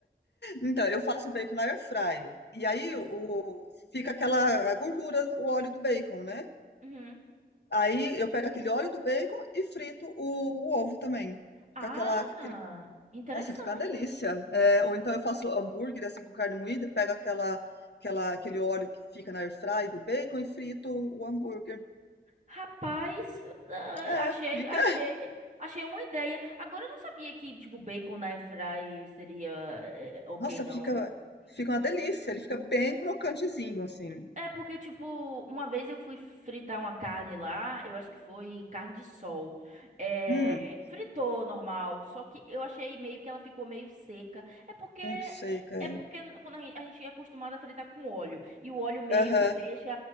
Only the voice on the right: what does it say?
Hum,
uhum.
Ah,
interessante.
Rapaz, ah,
achei,
achei, achei uma ideia. Agora eu não sabia que, tipo, bacon na airfry seria eh, ok,
não.
É porque, tipo, uma vez eu fui fritar uma carne lá, eu acho que foi carne de sol. É,
fritou normal, só que eu achei meio que ela ficou meio seca. É porque
é porque quando a gente, a gente é acostumado a fritar com óleo, e o óleo meio
que deixa